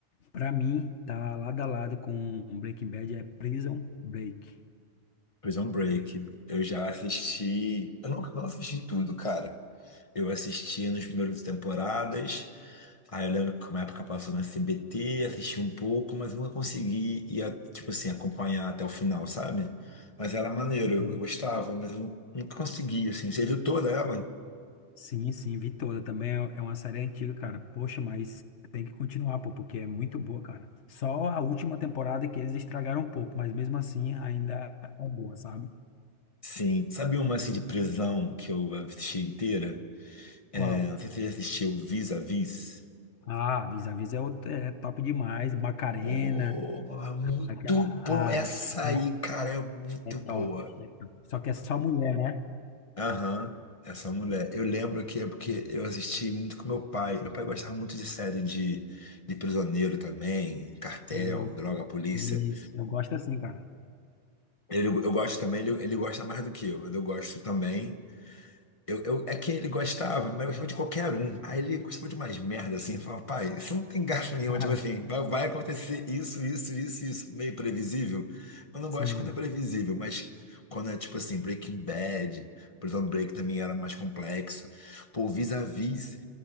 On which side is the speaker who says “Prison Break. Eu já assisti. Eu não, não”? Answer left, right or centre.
Left